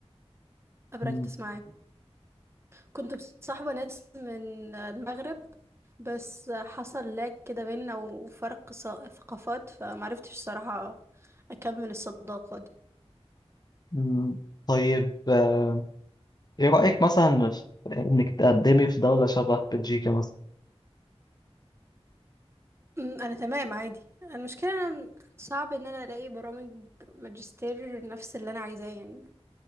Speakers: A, on the right; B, on the left.
A: ابراكتس
B: م-
A: معاه كنت مصاحبة ناس من المغرب بس حصل لاج كده بينا وفرق ص- ثقافات فمعرفتش الصراحة اكمل الصداقة دي
B: م- طيب آه، إيه رأيك مثلا في إنك تقدمي في دولة شبه بلجيكا مثلا؟
A: أمم، انا تمام عادي أنا المشكلة أنا صعب ان انا الاقي برامج ماجستير نفس اللي انا عايزاه يعني